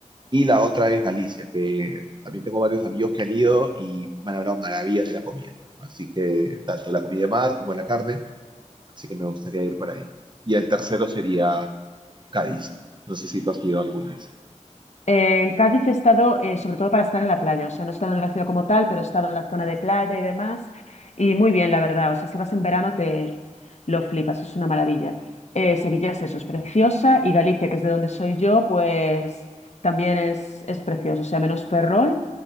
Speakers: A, on the right; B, on the left.
A: Y la otra es Galicia, que también tengo varios amigos que han ido y me han hablado maravillas de la comida. Así que tanto la comida de mar como la carne, así que me gustaría ir para ahí. Y el tercero sería Cádiz. No sé si tú has ido alguna vez.
B: Eh, en Cádiz he estado eh, sobre todo para estar en la playa, o sea, no he estado en la ciudad como tal, pero he estado en la zona de playa y demás, y muy bien, la verdad, o sea, si vas en verano te lo flipas, es una maravilla. Eh, Sevilla es eso, es preciosa, y Galicia, que es de donde soy yo, pues también es, es precioso, o sea, menos Ferrol,